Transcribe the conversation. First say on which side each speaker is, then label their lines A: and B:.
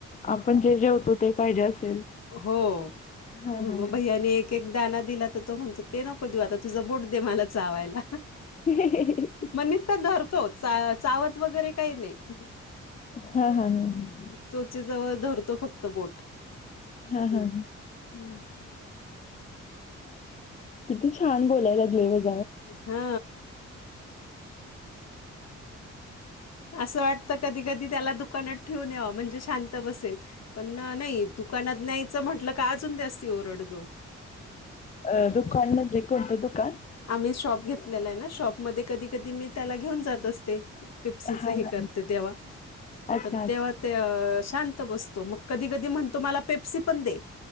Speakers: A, on the left (about 25°); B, on the left (about 60°).
A: आपण जे जेवतो ते पाहिजे असेल.
B: हो
A: हां,
B: मग
A: हां,
B: भैयाने एक - एक दाणा दिला तर तो म्हणतो ते नको देऊ आता तुझा बोट दे मला चावायला.
A: ह.
B: म नुसता धरतो चावत वगैरे काही नाही.
A: हा हा हा ह.
B: चोचेजवळ धरतो फक्त बोट
A: हां,
B: ह् ह्.
A: हां, हां. किती छान बोलायला लागले बघ.
B: हा. असं वाटतं कधी कधी त्याला दुकानात ठेऊून यावं म्हणजे शांत बसेल पण नाही. दुकानात न्यायचं म्हटलं का अजून जास्ती ओरडतो.
A: अ दुकान म्हणजे कोणतं दुकान?
B: आम्ही शॉप घेतलेला आहे ना शॉपमध्ये कधी - कधी मी त्याला घेऊन जात असते. पिप्सीच
A: हां,
B: हे
A: हां.
B: करते तेव्हा -
A: अच्छा,
B: तर
A: अच्छा.
B: तेव्हा ते शांत बसतो मग कधी कधी म्हणतो मला पेप्सी पण दे.